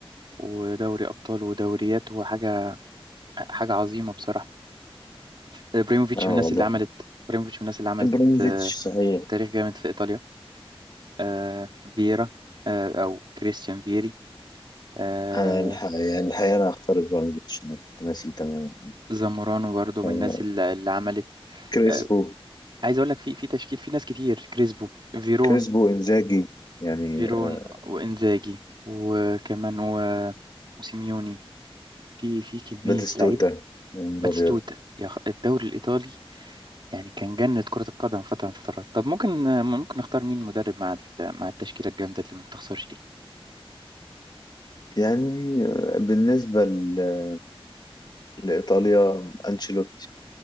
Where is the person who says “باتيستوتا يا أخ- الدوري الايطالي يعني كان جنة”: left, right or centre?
Right